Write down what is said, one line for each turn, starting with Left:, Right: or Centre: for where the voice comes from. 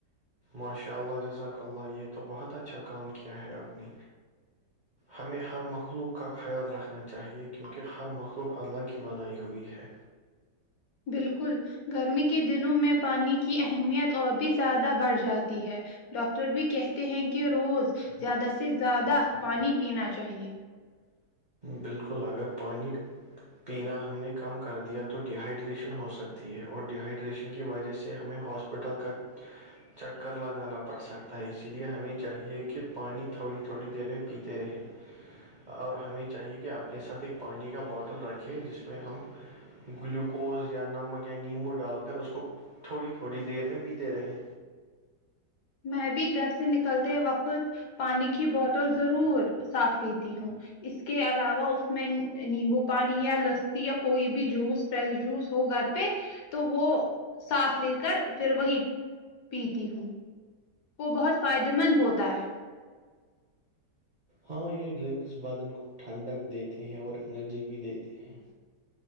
Right: ماشاء اللہ جزاک اللہ یہ تو بہت اچھا کام کیا ہے آپ نے
Left: <unintelligible>
Right: ہمیں ہر مخلوق کا خیال رکھنا چاہیے کیونکہ ہر مخلوق اللہ کی بنائی ہوئی ہے
Left: بالکل گرمی کے دنوں میں پانی کی اہمیت اور بھی زیادہ بڑھ جاتی ہے ڈاکٹر بھی کہتے ہیں کہ روز زیادہ سے زیادہ پانی پینا چاہیے
Right: بالکل اگر پانانی پینا ہم نے کم کر دیا تو ڈیہائیڈریشن ہو سکتی ہے اور ڈیہائیڈریشن کی وجہ سے ہمیں ہاس وٹل کا چکر لگانا پڑ سکتا ہے اس لیے ہمیں چاہیے کہ پانی تھوڑی تھوڑی دیر میں پیتی رہے اور ہمیں چاہیے کہ اپنے ساتھ ایک پانی کا بوٹل رکھیں جس میں ہم گلوکوز یا نمک یا نیمبو ڈال کر اس کو تھوڑی تھوڑی دیر میں بیتے رہیں
Left: میں بھی گھر سے نکلتے وقت پانی کی بوٹل ضرور ساتھ لیتی ہوں اس کے علاوہ اس میں نیمبو پانی یا لسی یا کوئی بھی جوس فریش جوس ہو گھر پہ تو وہ ساتھ لے کر پھر وہی پیتی ہوں وہ بہت فائدے مند ہوتا ہے
Right: ہاں یہ ڈرنکس بدن کو ٹھنڈک دیتے ہیں اور انرجی بھی دیتے ہیں